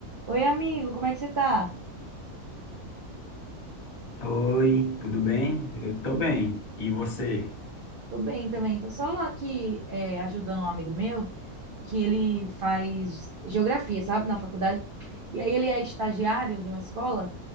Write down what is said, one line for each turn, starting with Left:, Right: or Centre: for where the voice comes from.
Right: Oi, amigo, como é que você tá?
Left: Oi, tudo bem? Eu tô bem. E você?
Right: Tô bem também, tô só aqui é, ajudando um amigo meu que ele faz geografia, sabe, na faculdade. E aí ele é estagiário de uma escola